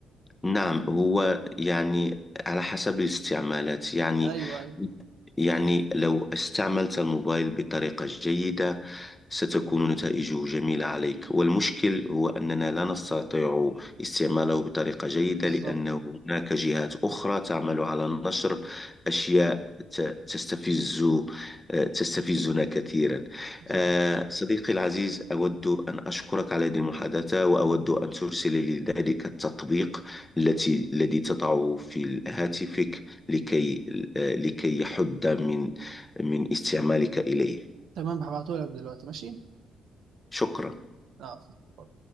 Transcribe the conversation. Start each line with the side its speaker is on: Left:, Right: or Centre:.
Left: نعم هو يعني على حسب الاستعمالات يعني
Right: ايوه ايوه
Left: يعني لو استعملت الموبايل بطريقة جيدة ستكون نتائجه جميلة عليك والمشكل هو أننا لا نستطيع استعماله بطريقة جيدة
Right: بالظبط
Left: لأنه هناك جهات أخرى تعمل على نشر أشياء ت- تستفز آه، تستفزنا كثيرا
Right: بالظبط
Left: آه، صديقي العزيز أود أن أشكرك على هذه المحادثة وأود أن ترسل لي ذلك التطبيق التي الذي تضعه في هاتفك لكي آه، لكي يحد من من استعمالك إليه
Right: تمام هبعتهولك دلوقتي ماشي
Left: شكرا
Right: اه